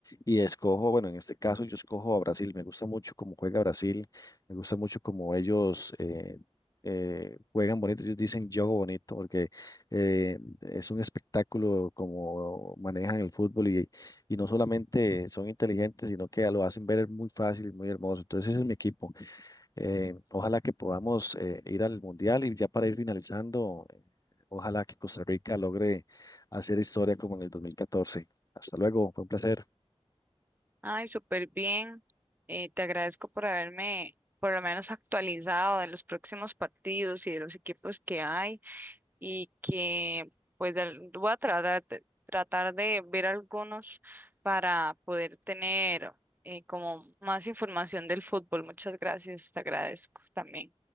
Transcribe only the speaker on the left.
y escojo, bueno, en este caso yo escojo a Brasil, me gusta mucho cómo juega Brasil, me gusta mucho cómo ellos eh, eh, juegan bonito, ellos dicen juego bonito porque eh, es un espectáculo como manejan el fútbol y, y no solamente son inteligentes, sino que lo hacen ver muy fácil, muy hermoso, entonces ese es mi equipo. Eh, ojalá que podamos eh, ir al Mundial y ya para ir finalizando, eh, ojalá que Costa Rica logre hacer historia como en el 2014. Hasta luego, fue un placer.